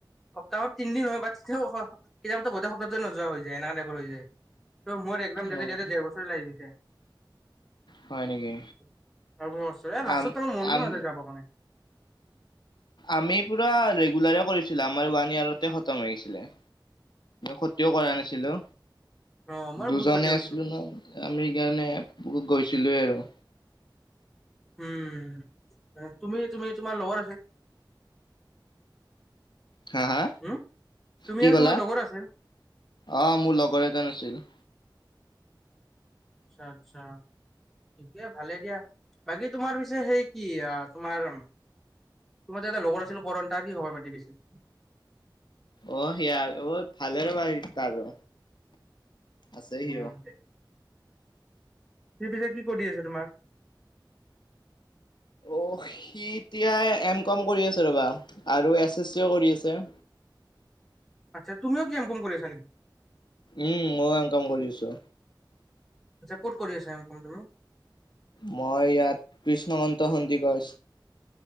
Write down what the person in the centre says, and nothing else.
সপ্তাহত তিনদিন হওক <unintelligible> কেতিয়াবাটো গোটেই সপ্তাহটোৱে নোযোৱা হৈ যায় এনেকা টাইপৰ হৈ যায়। ত' মোৰ <unintelligible>
দেৰ বছৰ <unintelligible> লাগি গৈছে। <unintelligible>
মনো নাযায়
যাবৰ কাৰণে।
অ' মোৰ
বহুত ক্ষতি হৈছে।
উম, তুমি-তুমি তোমাৰ লগৰ আছে
উম, তুমি
আৰু
তোমাৰ লগৰ আছিল।
আচ্ছা আচ্ছা। ঠিকে ভালে দিয়া, বাকী তোমাৰ পিছে সেই কি তোমাৰ তোমাৰ যে এটা লগৰ আছিল কৰণ তাৰ কি খবৰ পাতি পিছে?
<unintelligible>
সি পিছে কি কৰি আছে তোমাৰ?
আতছা, তুমিও কি এম কম কৰি আছানি?
আচ্ছা, ক'ত কৰি আছা এম কম তুমি?